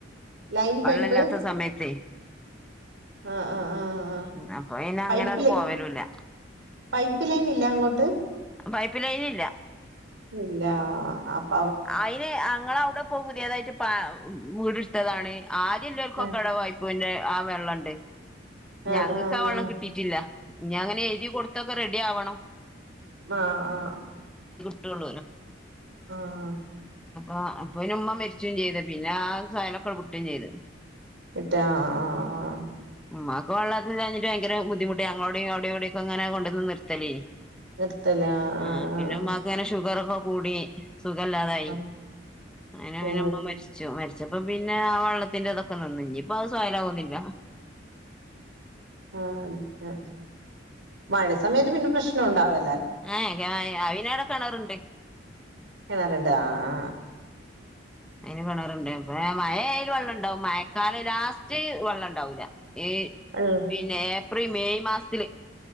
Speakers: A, on the right; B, in the centre.
A: ലൈൻ
B: വള്ളല്ലാത്ത
A: പൈപ്പ്
B: സമയത്തേ
A: ആഹ് ആഹ് ആഹ് ആഹ്
B: അപ്പൊ പിന്നങ്ങണ്ട്
A: പൈപ്പില്
B: പോവലുല്ല
A: പൈപ്പ് ലൈൻ ഇല്ല അങ്ങോട്ട്
B: പൈപ്പ് ലൈനില്ല
A: ഇല്ലാ അപ്പ
B: അയിന് അങ്ങളവടെപ്പൊ പുതിയതായിട്ട് പ വീടെടുത്തതാണ് ആദ്യള്ളോൽക്കൊക്കെ
A: ആഹ്
B: <unintelligible> ആ വെള്ളണ്ട് ഞങ്ങക്ക്
A: ആഹ് ആഹ്
B: ആ വെള്ളം കിട്ടിട്ടില്ല ഞ്ഞി അങ്ങനെ എയ്തി കൊടുത്തൊക്കെ റെഡി ആവണം
A: ആ ആ
B: <unintelligible>
A: ആ ആ
B: അ അപ്പ പിന്നെ ഉമ്മ മരിച്ചും ചെയ്ത് പിന്നെ ആ സയലൊക്കെ വിട്ടും ചെയ്ത്
A: ഇട്ട ആ ആ ആ
B: മ്മാക്ക് വെള്ളം ഇല്ലാഞ്ഞിട്ട് ഭയങ്കര ബുദ്ധിമുട്ടെ ഞങ്ങളോടെ അവടെ ഇവിടെക്കെ ങ്ങനെ കൊണ്ട്ന്ന് നിർത്തലേയ്നി
A: നിർത്തല
B: ആ
A: ആഹ്
B: പിന്നെ
A: ആഹ്
B: മ്മാക്ക്ങ്ങനെ ഷുഗറ് ക്കെ കൂടി സുഖല്ലാതായി
A: ആഹ്
B: അങ്ങനെ പിന്നെ
A: ഓ
B: മ്മ മരിച്ചു മരി രിച്ചപ്പ പിന്നെ ആ വെള്ളത്തിന്റെ ഇതൊക്കെ നിന്നു ഇനിയിപ്പ അത് സൊയലാകൊന്നില്ല
A: ആഹ് മഴ സമയത്ത് പിന്നെ പ്രശ്നം ഒണ്ടാവെ
B: ആ അയിനവടെ കെണറ്ണ്ട്
A: കെണറ്ണ്ടോ ആ ആ
B: അയ്ന് കെണറ്ണ്ട് അ മയയാല് വെള്ള ണ്ടാവും മഴക്കാലം ലാസ്റ്റ് വെള്ളണ്ടാവൂല്ല ഏ
A: ആഹ് വെള്ളം
B: പിന്നെ ഏപ്രിൽ മെയ് മാസത്തില്